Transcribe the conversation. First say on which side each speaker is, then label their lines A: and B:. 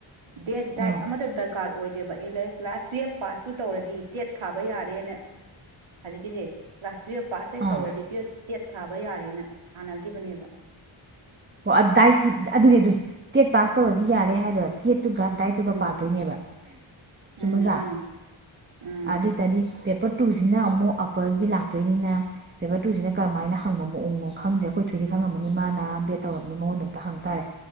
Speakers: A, on the right; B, on the right.
A: ꯗꯦꯠ ꯗꯥꯏꯠ
B: ꯑꯥ
A: ꯑꯃꯇ ꯗꯔꯀꯥꯔ ꯑꯣꯏꯗꯦꯕ ꯀ꯭ꯂꯥꯁ ꯇꯨꯌꯦꯜꯞ ꯄꯥꯁ ꯇꯧ ꯇꯧꯔꯗꯤ ꯇꯦꯠ ꯊꯥꯕ ꯌꯥꯔꯦꯅ ꯍꯧꯖꯤꯛꯀꯤꯁꯦ ꯇꯨꯌꯦꯜꯞ ꯄꯥꯁ ꯍꯦꯛ
B: ꯑꯥ
A: ꯇꯧꯔꯗꯤ ꯇꯨꯌꯦꯜꯞ ꯇꯦꯠ ꯊꯥꯕ ꯌꯥꯔꯦꯅ ꯊꯥꯅꯈꯤꯕꯅꯦꯕ
B: ꯑꯣ ꯗꯥꯏ ꯑꯗꯨꯅꯦ ꯑꯗꯨꯅꯤ ꯑꯗꯨ ꯇꯦꯠ ꯄꯥꯁ ꯇꯧꯔꯗꯤ ꯌꯥꯔꯦ ꯍꯥꯏꯗꯔ ꯇꯦꯠ ꯇꯨꯒ ꯗꯥꯏꯠꯇꯨꯒ
A: ꯎꯝ
B: ꯄꯥꯗꯣꯏꯅꯦꯕ
A: ꯎꯝ
B: ꯆꯨꯝꯃꯗ꯭ꯔꯥ
A: ꯃꯥꯅꯦ ꯎꯝ
B: ꯑꯗꯨꯗꯅꯤ ꯄꯦꯄꯔ ꯇꯨꯁꯤꯅ ꯑꯃꯨꯛ ꯑꯞꯄꯔꯒꯤ ꯂꯥꯛꯇꯣꯏꯅꯤꯅ ꯄꯦꯄꯔ ꯇꯨꯁꯤꯅꯩꯩ ꯀꯔꯝꯥꯏꯅ ꯍꯪꯕ ꯃꯑꯣꯡꯅꯣ ꯈꯪꯗ꯭ꯔꯦ ꯑꯩꯈꯣꯏ ꯊꯣꯏꯗꯤ ꯈꯪꯉꯝꯃꯅꯤ ꯃꯥꯅ ꯕꯦꯠ ꯇꯧꯔꯕꯅꯤ ꯃꯉꯣꯟꯗ ꯑꯝꯇ ꯍꯪꯇꯥꯥꯔꯦ